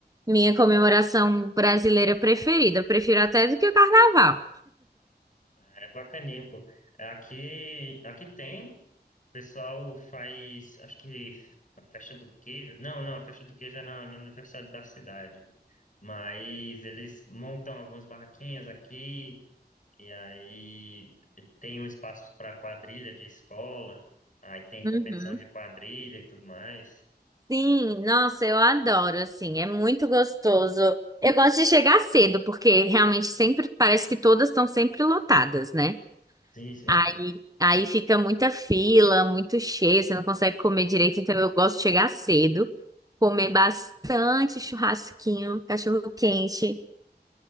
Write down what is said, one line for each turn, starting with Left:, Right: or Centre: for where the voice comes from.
Right: minha comemoração brasileira preferida. Eu prefiro até do que o carnaval.
Left: Ah, É bacaninha, pô. Aqui, aqui tem. O pessoal faz, acho que a festa do queijo. Não, não, a festa do queijo é na, no aniversário da cidade. Mas eles montam algumas barraquinhas aqui. E aí tem um espaço para quadrilha de escola. Aí tem competição
Right: Uhum.
Left: de quadrilha e tudo mais.
Right: Sim, nossa, eu adoro, assim, é muito gostoso. Eu gosto de chegar cedo, porque realmente sempre parece que todas estão sempre lotadas, né?
Left: Sim, sim.
Right: Aí, aí fica muita fila, muito cheio, você não consegue comer direito, então eu gosto de chegar cedo, comer bastante churrasquinho, cachorro quente.